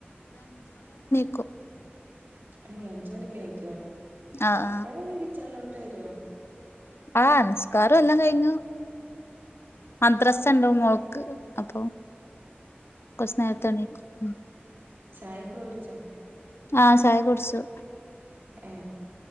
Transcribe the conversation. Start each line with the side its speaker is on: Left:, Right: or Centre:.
Left: ക്കോ
Right: ഏ അഞ്ച് മണിക്ക് എണിക്കുവ
Left: ആഹ്
Right: അപ്പഴ ങ്ങനെ കിച്ചണിലോട്ട് വരോ
Left: ആഹ നിസ്കാരോം എല്ലാം കഴിഞ്ഞു മദ്രസണ്ടാവും മോള്ക്ക് അപ്പൊ കൊറച്ച് നേരത്തേണീക്കും
Right: ചായക്കൊടിച്ചോ
Left: ആഹ് ചായ കുടിച്ചു
Right: ഏ